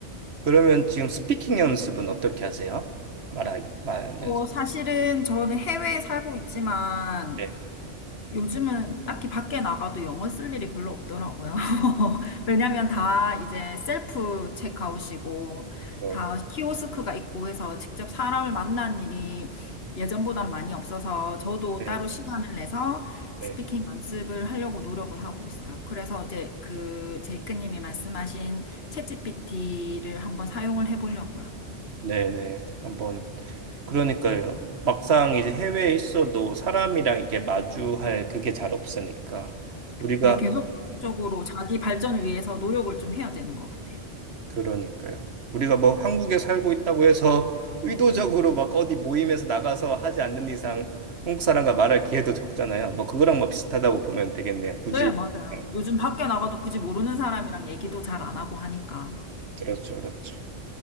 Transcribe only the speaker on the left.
어,
사실은 저는 해외에 살고 있지만
요즘은 딱히 밖에 나가도 영어 쓸 일이 별로 없더라고요. <laughs> 왜냐면 다 이제 셀프 체크아웃이고,
다 키오스크가 있고 해서 직접 사람을 만난 일이 예전보단 많이 없어서 저도
따로 시간을 내서
스피킹 연습을 하려고 노력을 하고 있어요. 그래서 이제 그 제이크님이 말씀하신 챗GPT를 한번 사용을 해보려고요.
네, 계속적으로 자기 발전을 위해서 노력을 좀 해야 되는 것 같아요.
네, 맞아요.
요즘 밖에 나가도 굳이 모르는 사람이랑 얘기도 잘 안 하고 하니까.